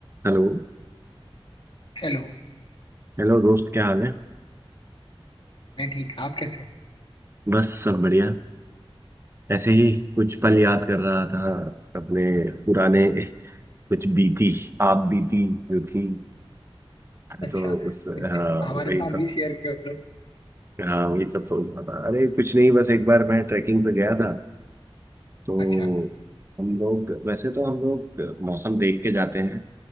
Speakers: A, on the right (about 25°); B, on the left (about 55°).
A: Hello
B: Hello
A: Hello दोस्त क्या हाल है
B: मैं ठीक आप कैसे हैं?
A: बस सब बढ़िया ऐसे ही कुछ पल याद कर रहा था अपने पुराने कुछ बीती आप बीती जो थी
B: अच्छा
A: तो
B: कुछ
A: उस हाँ
B: हमारे
A: वही
B: साथ
A: सब
B: भी शेयर करो
A: हाँ वही सब सोच रहा था अरे कुछ नहीं बस एक बार मैं ट्रैकिंग पे गया था तो
B: अच्छा
A: हम लोग वैसे तो हम लोग मौसम देख के जाते हैं